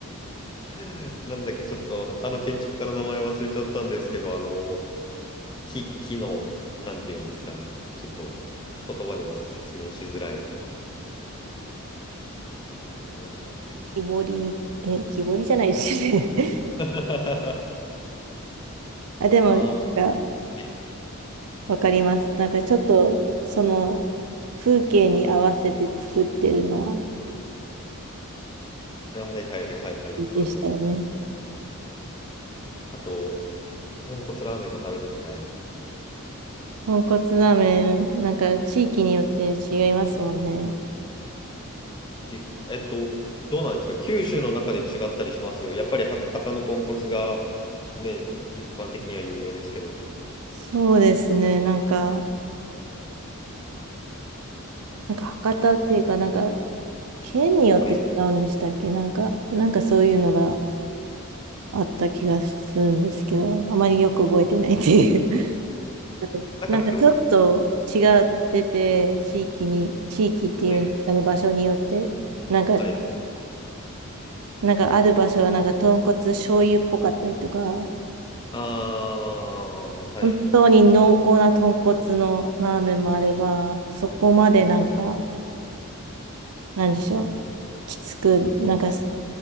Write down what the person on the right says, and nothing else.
木彫りみ、え、木彫りじゃないですね。<laughs>
あ、でも、
が
わかります。なんかちょっと、その風景に合わせて作ってるのは
いいでしたよね。
豚骨ラーメン、なんか地域によって違いますもんね。
そうですね。なんか、なんか博多っていうか、なんか県によって違うんでしたっけなんか、
なんかそういうのがあった気がするんですけど、あまりよく覚えてないっていう。<laughs>
なんかちょっと違ってて、地域に、地域っていうんですかね、
場所によって、なんか、
なんかある場所はなんか豚骨醤油っぽかったりとか、
本当に濃厚な豚骨のラーメンもあれば、そこまでなんか、なんでしょう、きつく、なんかす、